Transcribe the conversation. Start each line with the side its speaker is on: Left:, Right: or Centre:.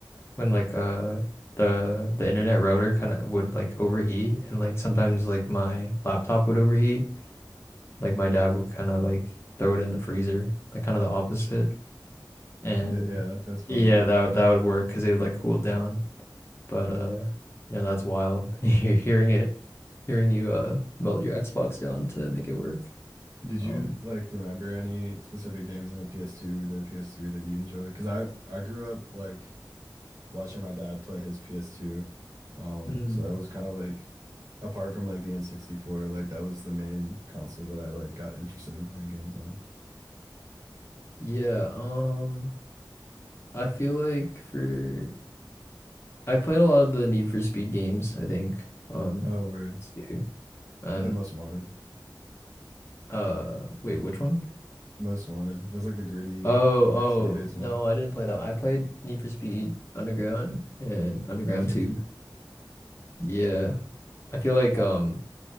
Left: when like uh the the internet router kind of would like overheat and like sometimes like my laptop would overheat. Like my dad would kind of like throw it in the freezer, like kind of the opposite. And
Right: D- yeah, that's funny.
Left: yeah, that would- that would work because it would like cool it down. But uh, yeah, that's wild. <laughs> You're Hearing it, hearing you uh melt your Xbox down to make it work.
Right: Did
Left: Um,
Right: you like remember any specific games on the PS2 or the PS3 that you enjoyed? Because I I grew up like watching my dad play his PS2. Um,
Left: mm,
Right: so that was kind of like apart from like the N64, like that was the main console that I like got interested in playing games on.
Left: yeah. Um, I feel like for I played a lot of the Need for Speed games. I think on
Right: Oh,
Left: PS2
Right: word.
Left: and
Right: You play Most Wanted.
Left: uh, wait, which one?
Right: Most Wanted. It was like the gritty,
Left: Oh,
Right: like city-based
Left: oh, no,
Right: one.
Left: I didn't play that one. I played Need for Speed Underground and Underground
Right: That was good
Left: 2.
Right: too.
Left: Yeah. I feel like
Right: I,
Left: um